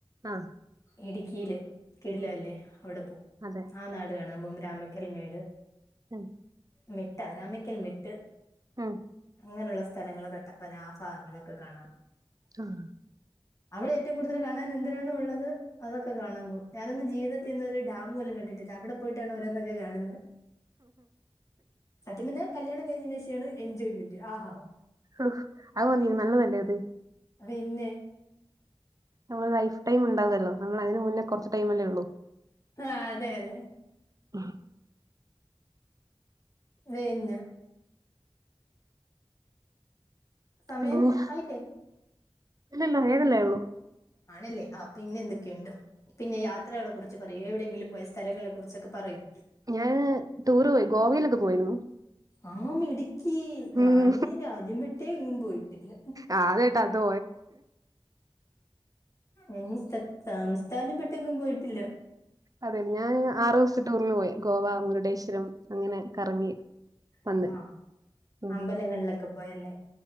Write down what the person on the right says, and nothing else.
ആഹ്
അതെ
ഉം
ഉം
ആഹ്
അഹ് അഹ് മതി നല്ലതല്ലേ അത്
നമ്മൾ ലൈഫ് ടൈം ഉണ്ടാവല്ലോ നമ്മൾ അയ്ന് മുന്നേ കൊറച്ച് ടൈ ല്ലേ ഉള്ളു
ആഹ്
പിന്നെ
ഇല്ലല്ല ഏതല്ലേ ഉള്ളു
ഞാന് ടൂറ് പോയി ഗോവയിലൊക്കെ പോയിരുന്നു
ഉം
ആഹ് അതേട്ടാ <unintelligible>
അതെ ഞാൻ ആറു ദിവസത്തെ ടൂറിന് പോയി ഗോവ മുരുടേശ്വരം അങ്ങനെ കറങ്ങി വന്ന്
ഉം